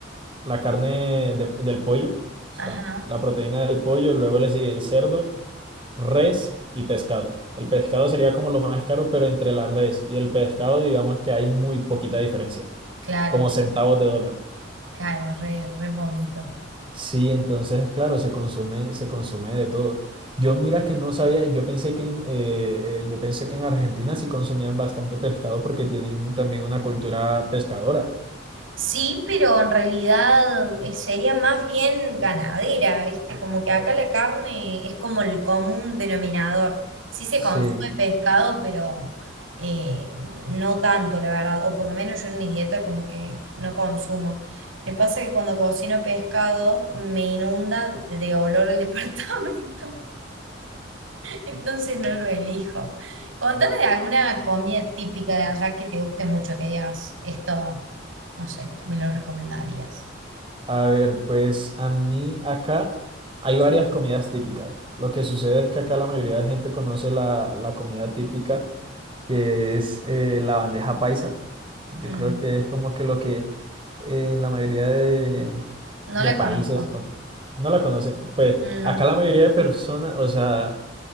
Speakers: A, on the right; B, on the right.
A: la carne de- del pollo, está
B: ajá,
A: la proteína del pollo, luego le sigue el cerdo, res y pescado. El pescado sería como lo más caro, pero entre la res y el pescado, digamos que hay muy poquita diferencia,
B: claro,
A: como centavos de dólar.
B: claro, re, re poquito.
A: Sí, entonces, claro, se consume, se consume de todo. Yo mira que no sabía, yo pensé que en, eh, eh, yo pensé que en Argentina sí consumían bastante pescado porque tienen también una cultura pescadora.
B: Sí, pero en realidad eh, sería más bien ganadera, ¿viste? Como que acá la carne es como el común denominador. Sí se
A: Sí.
B: consume pescado, pero eh, no tanto, la verdad. O por lo menos yo en mi dieta como que no consumo. Me pasa que cuando cocino pescado me inunda de olor el <laughs> departamento. Entonces no lo elijo. Contame de alguna comida típica de allá que te guste mucho, que digas, esto, no sé, me lo recomendarías.
A: A ver, pues a mí acá hay varias comidas típicas. Lo que sucede es que acá la mayoría de gente conoce la, la comida típica, que es eh, la bandeja paisa. Yo
B: Mm,
A: creo que es como que lo que eh, en la mayoría de,
B: no
A: de
B: la
A: países
B: conozco.
A: con- no la conocen. Pues
B: No.
A: acá la mayoría de personas, o sea,